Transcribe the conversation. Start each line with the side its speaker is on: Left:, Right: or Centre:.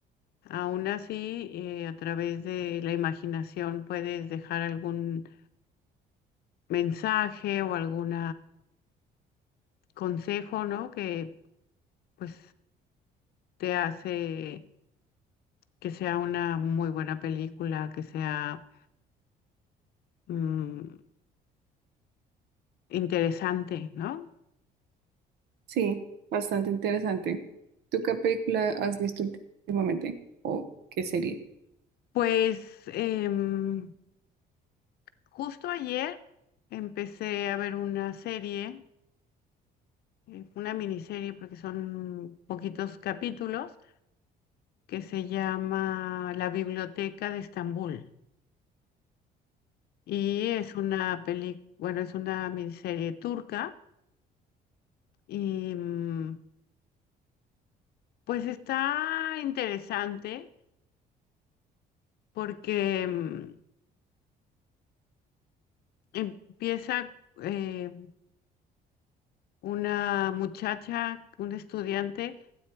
Left: aún así eh, a través de la imaginación puedes dejar algún mensaje o algún consejo, ¿no? Que pues te hace que sea una muy buena película, que sea... mm, Interesante, ¿no?
Right: Sí, bastante interesante. ¿Tú qué película has visto últimamente o qué serie?
Left: Pues em, justo ayer empecé a ver una serie, eh, una miniserie, porque son poquitos capítulos, que se llama La Biblioteca de Estambul. Y es una peli, bueno, es una miniserie turca y mm, pues está interesante porque mm, empieza eh, una muchacha, un estudiante